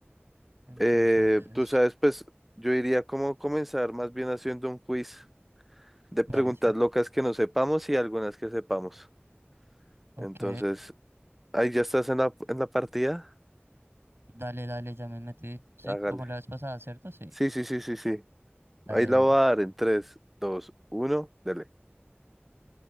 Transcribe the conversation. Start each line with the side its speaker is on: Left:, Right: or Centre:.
Right: Entonces,
Centre: eh, tú sabes, pues yo iría como comenzar más bien haciendo un quiz de preguntas
Right: dale, sí.
Centre: locas que no sepamos y algunas que sepamos.
Right: Ok,
Centre: Entonces, ahí ya estás en la, en la partida.
Right: dale, dale, ya me metí. Sí,
Centre: Hágale.
Right: como la vez pasada, ¿cierto? Sí,
Centre: Sí, sí, sí, sí, sí.
Right: dale
Centre: Ahí la
Right: de
Centre: voy
Right: una.
Centre: a dar en tres, dos, uno. dale.